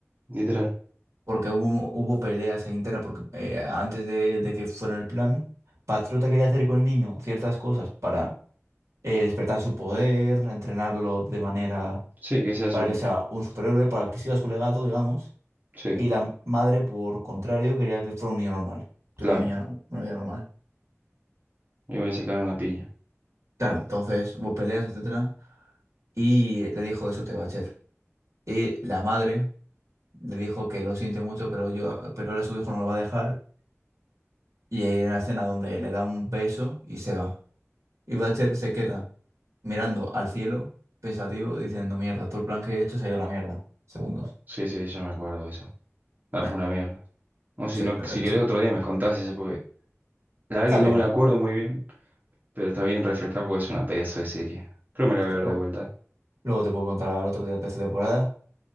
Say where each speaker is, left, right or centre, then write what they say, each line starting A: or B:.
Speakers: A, on the right (about 40°); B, on the right (about 85°).
A: Literal.
B: porque hubo, hubo peleas ahí internas, porque eh, antes de, de que fuera el plan, Patriota quería hacer con el niño ciertas cosas para eh, despertar su poder, entrenarlo
A: Mm.
B: de manera
A: Sí, que sea su...
B: para que sea un superhéroe, para que siga su legado, digamos,
A: Sí,
B: y la madre, por contrario, quería que fuera un niño normal, que
A: claro.
B: una niña, una niña normal.
A: Iba a sacar una piña.
B: Claro, entonces hubo peleas, etcétera, y le dijo eso te va a hacer. Y la madre le dijo que lo siente mucho, pero yo, pero él a su hijo no lo va a dejar Y hay una escena donde le da un beso y se va. Y Butcher se queda mirando al cielo, pensativo, diciendo, mierda, todo el plan que he hecho se ha ido a la mierda. Segundos.
A: Sí, sí, ya me acuerdo de eso. Ah,
B: Eh,
A: pues una mierda. O si
B: sí,
A: no,
B: la
A: si
B: verdad que
A: querés
B: sí.
A: otro día me contás eso, porque la verdad
B: Está
A: que no
B: bien.
A: me la acuerdo muy bien, pero está bien refrescar porque es una pedazo de serie. Creo que me la voy a ver
B: Luego,
A: de vuelta.
B: luego te puedo contar otro día de esta temporada.